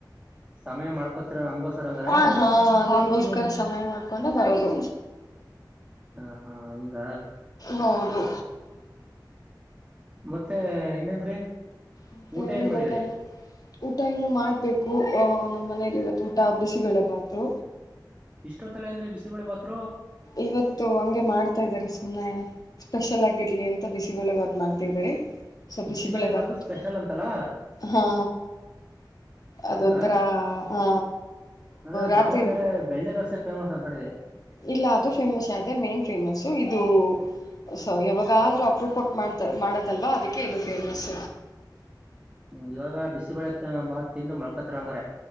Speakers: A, on the right; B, on the left.
A: ಸಮಯ ಮಾಡ್ಕೊತೀರಾ ನಮ್ಗೋಸ್ಕರ ಹಂಗಾರೆ
B: ಹಾ ನಮಸ್ತೆ ನಮಗೊಸಕರ ಸಮಯ ಮಾಡ್ಕೊಂಡ ಹೌದು
A: ಹಾ ಹಾ ಹಂಗ
B: ಹೌದು
A: ಮತ್ತೆ ಇನ್ನೇಂದ್ರಿ
B: ಮತ್ತೆ
A: ಊಟ
B: ಹೇಳ್ಬೇಕಲ್ಲ
A: ಏನ್ ಮಾಡಿದ್ರಿ
B: ಊಟ ಇನ್ನು ಮಾಡ್ಬೇಕು ಆಹ ನಮ್ಮ್ ಮನೇಯಲ್ಲಿ ಇವತ್ತು ಊಟ ಬಿಸಿಬಳೆ ಭಾತು
A: ಇಷ್ಟೊತ್ತಲ ಅಂದ್ರೆ ಬಿಸಿಬಳೆ ಬಾತ್
B: ಇವತ್ತು ಹಂಗೆ ಮಾಡ್ತಾ ಇದಾರೆ ಸುಮ್ಮ್ನೆ ಸ್ಪೆಷಲ್ ಆಗಿರ್ಲಿ ಅಂತ ಬಿಸಿ ಬೆಳ ಬಾತ್ ಮಾಡ್ತಾರೆ ಸ್ವಲ್ಪ
A: ಬಿಸಿಬೇಳೆ
B: ಬೆಳೆ ಬತು
A: ಭಾತು ಸ್ಪೆಷಲ್ ಅಂತಲ್ಲ
B: ಹಾ
A: ಹಂಗ
B: ಅದೊಂಥರ ಹ
A: ನಾನು
B: ರಾತ್ರಿ
A: ದಾವಣಗೆರೆ ಬೆಣ್ಣೆ ದೋಸೆ ಫೇಮಸ್ ಅಂತ ಕಡೆ ಇದೆ <unintelligible>
B: ಇಲ್ಲ ಅದು ಫೇಮಸ್ ಅದೆ ಮೇನ್ ಫೇಮಸ್ ಇದು ಸೊ ಯಾವಾಗಾದ್ರೂ ಅಪ್ರೂಪಕ್ ಮಾಡ್ತ ಮಾಡದಲ್ವಾ ಅದಕ್ಕೆ ಇದು ಫೇಮಸ್
A: ಹ್ಮ್ ಇವಾಗ ಬಿಸಿಬಳೆಬಾತ್ ತಿಂದು ಮಲ್ಕೋತಿರಾಹಗೆ